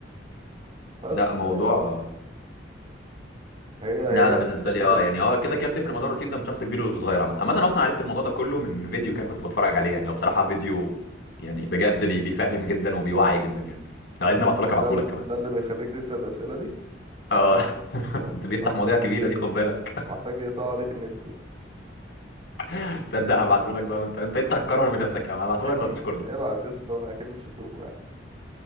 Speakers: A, on the right; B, on the left.
A: بس
B: لا
A: فهي
B: موضوع
A: هي
B: لا انا
A: هي
B: بالنسبه
A: ماشيه
B: لي
A: كده
B: اه
A: يعني
B: يعني هو كده كده بتفرق موضوع الروتين ده من شخص كبير وصغير عامه عامه انا اصلا عرفت الموضوع ده كله من فيديو كده كنت بتفرج عليه يعني هو بصراحه فيديو يعني بجد بي- بيفهم جدا وبيوعي جدا يعني لو عايزني ابعته لك ابعته
A: ده ال-
B: لك كمان
A: ده اللي بيخليك تسال الاسئله دي
B: اه <laughs>
A: اه، انت
B: انت بيفتح
A: محتاج
B: مواضيع كبيره دي خد بالك
A: انت محتاج يقطع عليك النت يا اسطى.
B: <laughs> تصدق
A: <laughs>
B: هبعته لك بقى وانت انت انت هتكرر بنفسك يعني هبعته
A: اكيد
B: لك وهتشكرني
A: ابعت يا اسطى انا اكيد مش هشوفه يعني